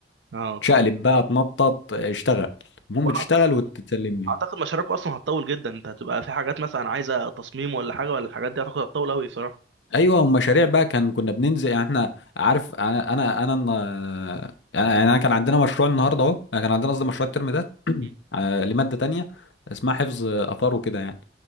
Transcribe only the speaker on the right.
اه
وانا
اعتقد
اعتقد مشاريعكم اصلا هتطول جدا انت هتبقى في حاجات مثلا عايزه تصميم ولا حاجه ولا الحاجات دي هتاخد هتطول قوي صراحه
مم.